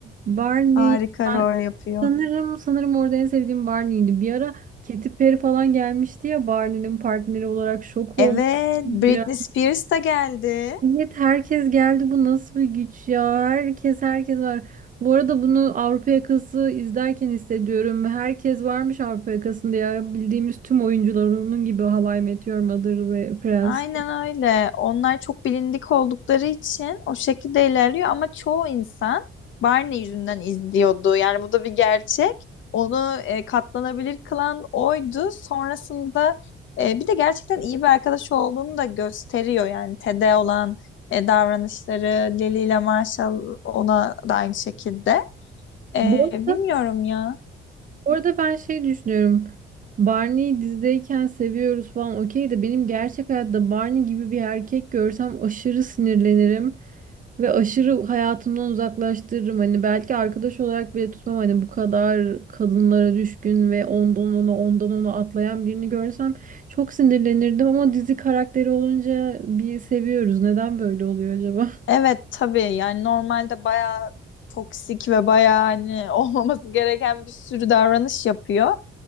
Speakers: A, on the right; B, on the left.
A: Barney
B: Harika rol yapıyor.
A: Sanırım sanırım orada en sevdiğim Barney'ydi. Bir ara Katy Perry falan gelmişti ya Barney'nin partneri olarak şok
B: Evet,
A: olmuştum
B: Britney
A: ya.
B: Spears da geldi.
A: Evet herkes geldi bu nasıl bir güç ya. Herkes herkes var. Bu arada bunu Avrupa Yakası izlerken hissediyorum. Herkes varmış Avrupa Yakası'nda ya. Bildiğimiz tüm oyuncular onun gibi How I Met Your Mother ve Friends.
B: Aynen öyle. Onlar çok bilindik oldukları için o şekilde ilerliyor ama çoğu insan Barney yüzünden izliyordu. Yani bu da bir gerçek. Onu e, katlanabilir kılan oydu. Sonrasında e, bir de gerçekten iyi bir arkadaş olduğunu da gösteriyor. Yani Ted'e olan e, davranışları, Lily ile Marshall ona da aynı şekilde. E,
A: Bu
B: bilmiyorum
A: arada
B: ya.
A: Orada ben şey düşünüyorum. Barney'i dizideyken seviyoruz falan okey de benim gerçek hayatta Barney gibi bir erkek görsem aşırı sinirlenirim ve aşırı hayatımdan uzaklaştırırım. Hani belki arkadaş olarak bile tutmam hani bu kadar kadınlara düşkün ve ondan ona ondan ona atlayan birini görsem çok sinirlenirdim ama dizi karakteri olunca bir seviyoruz. Neden böyle oluyor acaba? <laughs>
B: Evet tabii yani normalde bayağı toksik ve bayağı hani <laughs> olmaması gereken bir sürü davranış yapıyor.